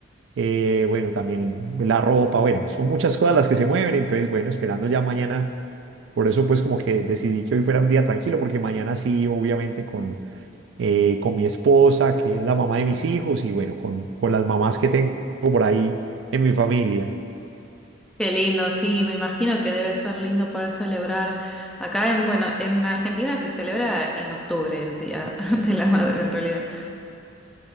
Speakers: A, on the right; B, in the centre.
A: eh, bueno, también la ropa, bueno, son muchas cosas las que se mueven, entonces, bueno, esperando ya mañana. Por eso pues como que decidí que hoy fuera un día tranquilo, porque mañana sí, obviamente con eh, con mi esposa, que es la mamá de mis hijos, y bueno, con, con las mamás que tengo por ahí en mi familia.
B: qué lindo, sí, me imagino que debe ser lindo poder celebrar. Acá en, bueno, en Argentina se celebra en octubre el Día <laughs> de la Madre en realidad,